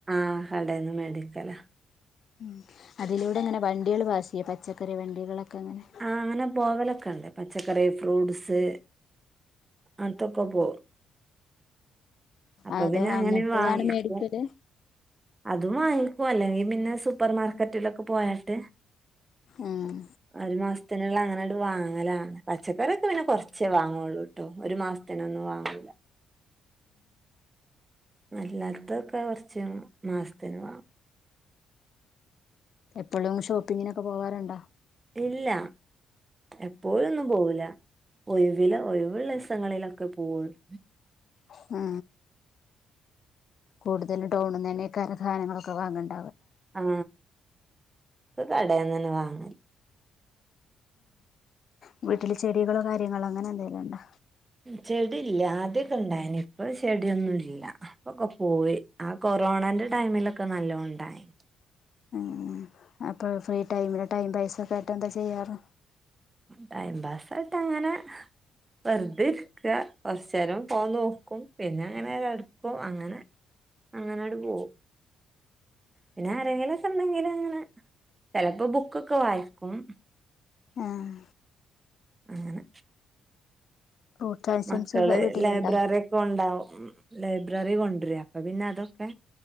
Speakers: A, on the right (about 20°); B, on the left (about 55°).
A: ആ കടേന്ന് മേടിക്കലാ
B: ഉം അതിലൂടെ അങ്ങനെ വണ്ടികൾ പാസ് ചെയ്യോ പച്ചക്കറി വണ്ടികളൊക്കെ അങ്ങനെ
A: ആ അങ്ങനെ പോകലൊക്കെ ഉണ്ട് പച്ചക്കറി ഫ്രൂട്സ് അതോക്കെ പോവും അപ്പൊ
B: അതോ
A: പിന്നെ അങ്ങനെ
B: അങ്ങട്ട്താണ്
A: വാങ്ങിക്കും
B: മേടിക്കല്
A: അതും വാങ്ങിക്കോ അല്ലെങ്കി പിന്നെ സൂപ്പർ മാർക്കറ്റിലൊക്കെ പോയാട്ട്
B: ഉം
A: ഒരു മാസത്തിനുള്ള അങ്ങനെ വാങ്ങലാണ് പച്ചക്കറൊക്കെ പിന്നെ കൊറച്ചേ വാങ്ങള്ളൂ ട്ടോ ഒരു മാസത്തിനൊന്നും വാങ്ങൂല്ല അല്ലാത്തൊക്കെ കൊറച്ച മാസത്തിന് വേ
B: എപ്പോഴും ഷോപ്പിങ്ങിനൊക്കെ പോകറുണ്ടോ
A: ഇല്ല എപ്പോഴൊന്നും പോവൂല ഒഴിവില ഒഴിവുള്ളസങ്ങളിലൊക്കെ പോവുള്ളു
B: ആ കൂടുതലും ടൗണിന്നെന്നെയ്ക്കാരം സാദനങ്ങളൊക്കെ വാങ്ങണ്ട്
A: ആ കടേന്നന്നേ വാങ്ങല്
B: ഉ വീട്ടില് ചെടികളോ കാര്യങ്ങളോ അങ്ങനെ എന്തെലും ഉണ്ടോ
A: ചെടി ഇല്ല ആദ്യൊക്കെ ഉണ്ടായന് ഇപ്പൊ ചെടിയൊന്നും ഇല്ല അപ്പൊക്കെ പോയി ആ കൊറോണന്റെ ടൈമിലൊക്കെ നല്ലോം ഉണ്ടായി
B: ഉം അപ്പൊ ഫ്രീ ടൈമിന് ടൈം പൈസ ഒക്കെ ആയിട്ട് എന്താ ചെയ്യാറ്
A: ടൈം പാസ ആയിട്ട് അങ്ങനെ വെറുതെ ഇരിക്ക കുറച്ച നേരം ഫോൺ നോക്കും പിന്നെ അങ്ങനെ കിടക്കും അങ്ങനെ അങ്ങാനാണ്ട് പോവും പിന്നെ ആരെങ്കിലൊക്കെ ഉണ്ടെങ്കിലും അങ്ങനെ ചിലപ്പോ ബുക്കൊക്കെ വായിക്കും
B: ആഹ
A: അങ്ങനെ
B: ഫ്രൂട്ട്സ് ഐറ്റംസ്
A: മക്കള്
B: വീട്ടിലുണ്ടോ
A: ലൈബ്രറി ഒക്കെ ഉണ്ടാവും ഉ ലൈബ്രറി കൊണ്ടര അപ്പ പിന്നെ അതൊക്കെ